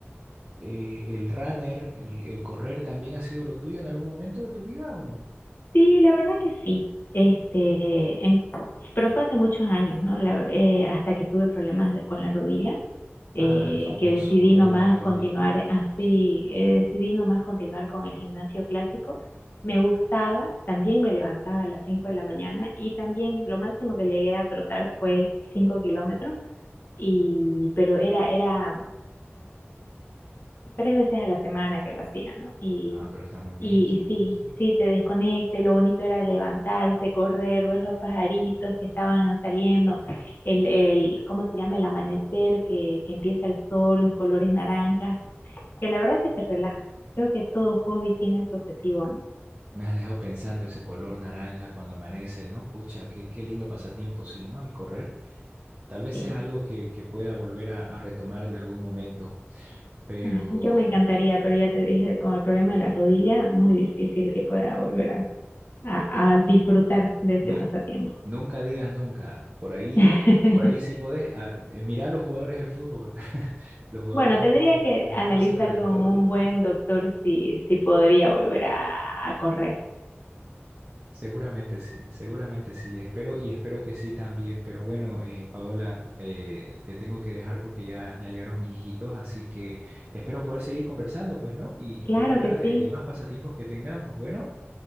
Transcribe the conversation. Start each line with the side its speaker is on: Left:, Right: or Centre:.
Right: eh, el runner, el, el correr también ha sido lo tuyo en algún momento de tu vida ¿o no?
Left: Sí, la verdad que sí. Este, en- pero fue hace muchos años, ¿no? La- eh, hasta que tuve problemas de- con la rodilla, eh,
Right: Ah, el famoso
Left: que decidí
Right: problema
Left: nomás
Right: de rodilla,
Left: continuar
Right: ¿no?
Left: eh, así,
Right: Mm.
Left: eh, decidí nomás continuar con el gimnasio clásico. Me gustaba, también me levantaba a las 5 de la mañana y también lo máximo que llegué a trotar fue 5 kilómetros, y, pero era, era tres veces a la semana que lo hacía, ¿no? Y,
Right: Ah, pero está muy bien,
Left: y,
Right: sí,
Left: y sí,
Right: sí, sí.
Left: sí, te desconecta y lo bonito era levantarse, correr, ver los pajaritos que estaban saliendo, el, el, ¿cómo se llama? El amanecer, que, que empieza el sol, los colores naranjas, que la verdad que te relaja. Creo que todo hobby tiene ese objetivo, ¿no?
Right: Me has dejado pensando ese color naranja cuando amanece, ¿no? Pucha, qué, qué lindo pasatiempo, sí, ¿no? El correr. Tal vez
Left: Sí.
Right: sea algo que, que pueda volver a, a retomar en algún momento, pero
Left: Ay, yo me encantaría, pero ya te dije, con el problema de la rodilla, muy difícil que pueda volver a, a a disfrutar de ese
Right: nu-
Left: pasatiempo.
Right: nunca digas nunca. Por ahí,
Left: <laughs>
Right: por ahí sí podés. ah, eh, mirá a los jugadores de fútbol. <laughs> Los jugadores
Left: Bueno,
Right: de
Left: tendría
Right: fútbol
Left: que
Right: les
Left: analizar
Right: pasa de
Left: con
Right: todo.
Left: un buen doctor si, si podría volver a, a correr.
Right: Seguramente sí, seguramente sí. Espero y espero que sí también. Pero bueno, eh, Paola, eh, te tengo que dejar porque ya, ya llegaron mis hijitos, así que espero poder seguir conversando, pues, ¿no? Y, y
Left: Claro
Right: poder hablar
Left: que
Right: de,
Left: sí.
Right: de más pasatiempos que tengamos. Bueno,